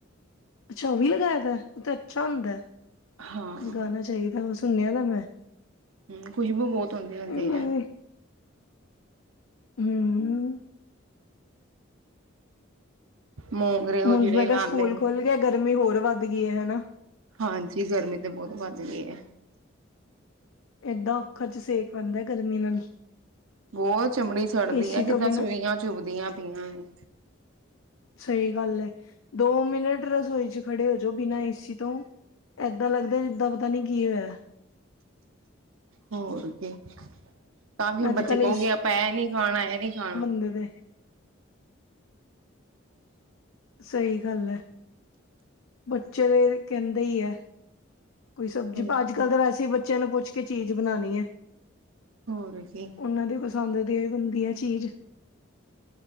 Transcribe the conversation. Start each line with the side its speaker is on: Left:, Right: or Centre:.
Left: ਅੱਛਾ ਉਹ ਵੀ ਲਗਾਾਇਏ ਦਾ ਉਹ ਤਾਂ ਅੱਛਾ ਹੁੰਦਾ
Right: ਹਾਂ ਹੂੰ
Left: ਲਗਾਉਣਾ ਚਾਹੀਦਾ ਵ ਸੁਣਿਆ ਦਾ ਮੈਂ
Right: ਹਮ ਖੁਸ਼ਬੂ ਬਹੁਤ ਆਉਂਦੀ ਹੁੰਦੀ
Left: ਮੈਂ
Right: ਹੈ
Left: ਹਮ
Right: ਮੂੰਗਰੇ ਉਹ
Left: ਹੁਣ
Right: ਜਿਹੜੇ
Left: ਮੈਂ ਕਿਹਾ
Right: ਲਾਉਂਦੇ
Left: ਸਕੂਲ
Right: ਨੇ
Left: ਖੁੱਲ ਗਿਆ ਗਰਮੀ ਹੋਰ ਵੱਧ ਗਈ ਹਨਾ
Right: ਹਾਂਜੀ ਗਰਮੀ ਤਾਂ ਬਹੁਤ ਵੱਧ ਗਈ ਹੈ
Left: ਏਦਾਂ ਔੱਖਾਂ ਚ ਸੇਕ ਪੈਂਂਦਾ ਗਰਮੀ ਨਾਲ
Right: ਬਹੁਤ ਚਮੜੀ ਸੜਦੀ
Left: ਏਸੀ
Right: ਆ ਜਿੱਦਾਂ
Left: ਤੋਂ ਬਿਨਾਂ
Right: ਸਵੀਆਂ ਸੂਈਆਂ ਚੁੱਬਦੀਆਂ ਪਈਆਂ ਨੇ।
Left: ਸਹੀ ਗੱਲ ਹੈ ਦੋ ਮਿੰਟ ਰਸੋਈ 'ਚ ਖੜੇ ਹੋ ਜਾੋ ਬਿਨਾਂ ਏਸੀ ਤੋਂ ਏਦਾਂ ਲੱਗਦਾ ਜਿੱਦਾਂ ਪਤਾ ਨੀ ਕੀ ਹੋਇਆ
Right: ਹੋਰ ਕਿ ਤਾਂ ਵੀ
Left: ਅੱਜ
Right: ਬੱਚੇ
Left: ਕੱਲ੍ਹ
Right: ਕਹੋਗੇ ਆਪਾਂ ਇਹ ਨੀ ਖਾਣਾ ਇਹ ਨੀ ਖਾਣਾ
Left: ਹੁੰਦੇ ਦੇ ਸਹੀ ਗੱਲ ਹੈ ਬੱਚੇ ਦੇ ਕਹਿੰਦੇ ਹੀ ਹੈ ਕੋਈ ਸਬਜ਼ੀ
Right: ਹੋਰ ਕੀ
Left: ਅੱਜ ਕੱਲ ਤਾਂ ਵੈਸੇ ਹੀ ਬੱਚਿਆਂ ਨੂੰ ਪੁੱਛ ਕੇ ਚੀਜ਼ ਬਣਾਉਣੀ ਹੈ।
Right: ਹੋਰ ਕੀ
Left: ਉਹਨਾਂ ਦੇ ਪਸੰਦ ਦੀ ਹੁੰਦੀ ਹੈ, ਚੀਜ਼